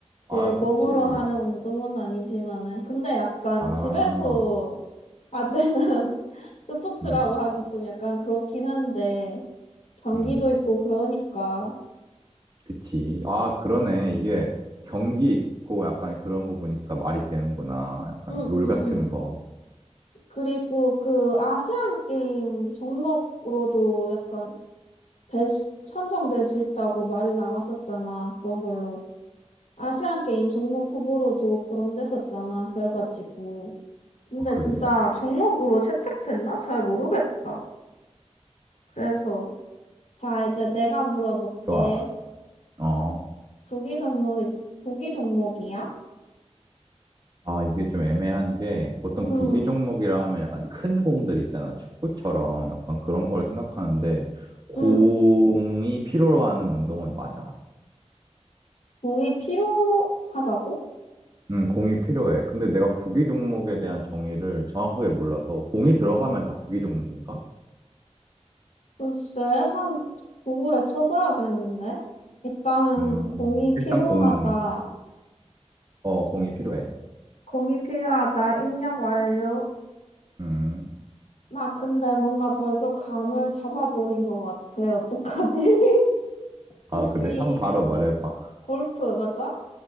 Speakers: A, on the left; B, on the right.
A: 그,
B: 아,
A: 몸으로
B: 그치.
A: 하는 운동은 아니지만은. 근데 약간
B: 아,
A: 집에서 하는 <laughs> 스포츠라고
B: 응,
A: 하기 좀 약간 그렇긴 한데, 경기도
B: 응.
A: 있고 그러니까.
B: 그치. 아, 그러네. 이게 경기 있고 약간 그런 거 보니까 말이 되는구나. 약간
A: 응,
B: 롤
A: 응.
B: 같은 거.
A: 그리고 그 아시안 게임 종목으로도 약간 될 수- 선정될 수 있다고 말이 나왔었잖아. 그런 걸로. 아시안 게임 종목 후보로도 거론됐었잖아. 그래가지고. 근데
B: 아, 그래?
A: 진짜 종목으로 채택됐나? 잘 모르겠다. 그래서 자, 이제 내가 물어볼게.
B: 좋아. 어.
A: 구기 종목, 구기 종목이야?
B: 아, 이게 좀 애매한 게 보통
A: 응,
B: 구기 종목이라 하면 약간 큰 공들 있잖아. 축구처럼 약간 그런 걸 생각하는데 공이
A: 응.
B: 필요한 운동은 맞아.
A: 공이 필요하다고?
B: 음, 공이 필요해. 근데 내가 구기 종목에 대한 정의를 정확하게 몰라서 공이 들어가면 다 구기 종목인가?
A: 글쎄, 한 구글에 쳐봐야겠는데? 일단은
B: 음,
A: 공이 필요하다.
B: 일단 공, 어, 공이 필요해.
A: 공이 필요하다. 입력 완료.
B: 음.
A: 나 근데 뭔가 벌써 감을 잡아버린 것 같아. 어떡하지? <laughs>
B: 아,
A: 혹시
B: 그래? 한번 바로 말해봐.
A: 골프 맞아?